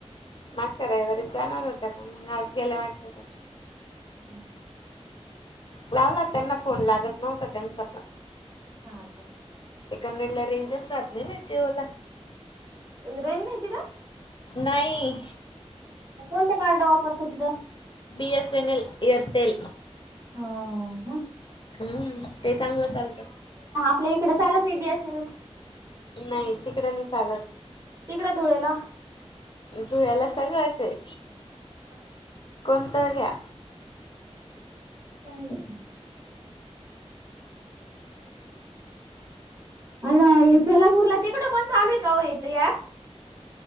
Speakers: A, on the left; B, on the right.
A: मागच्या रविवारीच जाणार होते पण मग आज गेल्या वाटत त्या
B: हम्म
A: लावला त्यांना फोन लागत नव्हता त्यांचा पण
B: हा का?
A: ते कन्नड ला रेंजच राहत नाही ना जिओ ला
B: रेंज नाही तिथं.
A: नाही.
B: कोणत कार्ड वापरत तिथ.
A: B S N L Airtel.
B: ह.
A: हम्म ते चांगलं चालतं.
B: आपल्या इकडं चालत नाही बी एस एन एल
A: नाही तिकड नाही चालत.
B: तिकड धुळेला
A: धुळ्याला सगळंच आहे.
B: हा.
A: कोणत घ्या.
B: चांगल. आलो आये सोलापूरला तिकड पण चालू आहे का हो ताई हे ऍप